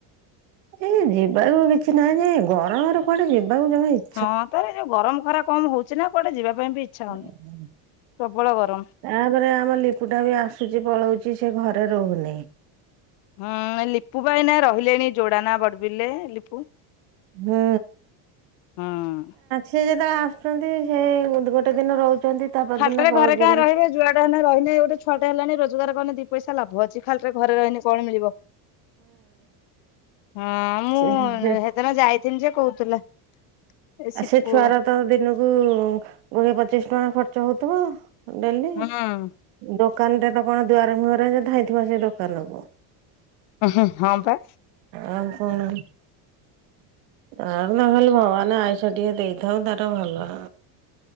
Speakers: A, on the right (about 85°); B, on the left (about 65°).
A: ଏ ଯିବାକୁ କିଛି ନାହିଁ ଗରାମରେ କୁଆଡେ ଯିବାକୁ ଜମା ଇଛା
B: ହଁ ତାର ଯୋଉ ଗରମ ଖରା କମ ହଉଛି ନା କୁଆଡେ ଯିବା ପାଇଁ ବି ଇଚ୍ଛା
A: ହୁଁ
B: ହଉନି
A: ହୁଁ।
B: ପ୍ରବଳ ଗରମ।
A: ତାପରେ ଆମ ଲିପୁଟା ବି ଆସୁଛି ପଳଉଛି ସେ ଘରେ ରହୁନାହିଁ।
B: ହ ଲିପୁ ପା ଏଇନା ରହିଲେଣି ଯୋଡା ନା ବଡ଼ବିଲରେ ଲିପୁ।
A: ହୁଁ
B: ହୁଁ।
A: ସେ ଯେତେବେଳେ ଆସୁଛନ୍ତି ସେ ଗୋଟେ ଦିନ ରହୁଛନ୍ତି। ତା ପରଦିନ
B: ଖାଲିଟରେ
A: ପଳଉଛନ୍ତି।
B: ଘରେ କାଇଁ ରହିବେ ଯୁଆଡେ ହେଲେ ରହିଲେ ଗୋଟେ ଛଆଟା ହେଲାଣି ର ରୋଜଗାର କଲେ ଦି ପଇସା ଲାଭ ଅଛି ଖାଲିଟାରେ ଘରେ ରହିଲି କଣ ମିଳିବ? ହଁ।
A: ଆ ହୁଁ
B: ଦିନ ଯାଇଥିଲି ଯେ କହୁଥିଲା। ଏ ସିପୁ
A: ଆଉ ସେ ଛୁଆର ତ ଦିନକୁ କୋଡିଏ ପଚିଶ ଟଙ୍କା ଖର୍ଚ୍ଚ ହଉଥିବ। ଡେଲି
B: ହୁଁ।
A: ଦୋକାନରେ ତ କଣ ଦୁଆର ମୁହରେ ଧାଇଥିବ ସେଇ ଦୋକାନକୁ।
B: ହଁ ପା ହଁ
A: ଆ କଣ ଆ ନହଲେ? ମାନେ ଆଇଷ ଟିକେ ଦେଇଥାଉ ତାର ଭଲ